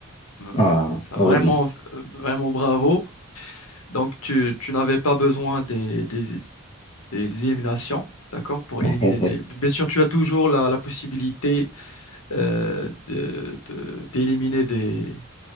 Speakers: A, on the left; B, on the left.
A: Euh,
B: Ah,
A: Ça,
B: heureusement.
A: vraiment, euh, vraiment bravo. Donc tu, tu n'avais pas besoin des, des, des des éliminations, d'accord, pour éliminer
B: <laughs>
A: des... Bien sûr, tu as toujours la, la possibilité euh, de, de- d'éliminer des,